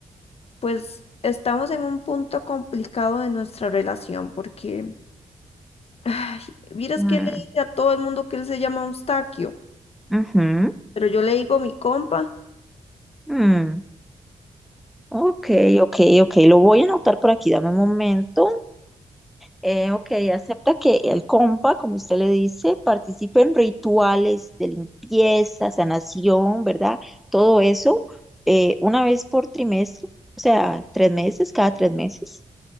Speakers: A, on the left; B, in the centre.
A: Pues estamos en un punto complicado de nuestra relación porque, ay, vieras
B: Mm,
A: que él le dice a todo el mundo que él se llama Eustaquio,
B: ujú,
A: pero yo le digo mi compa.
B: mm, ok, ok, ok, lo voy a anotar por aquí, dame un momento. Eh, ok, acepta que el compa, como usted le dice, participe en rituales de limpieza, sanación, ¿verdad? Todo eso eh, una vez por trimestre, o sea, tres meses, cada tres meses.